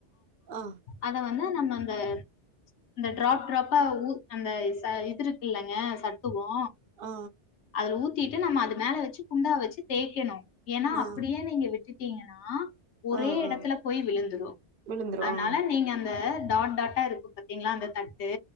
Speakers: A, on the right (about 55°); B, on the left (about 80°).
A: ஆ
B: அத வந்து நம்ம அந்த அந்த டிராப் டிராப்பா ஊத் அந்த ச இதுருக்குல்லங்க சத்துவோ
A: ஆ
B: அதுல ஊத்திட்டு நம்ம அது மேல வச்சி குண்டாவ வச்சி தேய்க்கணும் ஏன்னா
A: ஆ
B: அப்படியே நீங்க விட் ட்டிங்ககன்னா ஒரே
A: ஆ
B: இடத்துல
A: ஆ
B: போய் விழுந்துரும்
A: விழுந்துரு
B: அதனால
A: ஆ
B: நீங்க அந்த டாட் டாட்டா குண்டா இருக்கு பாத்தீங்களா அந்த தட்டு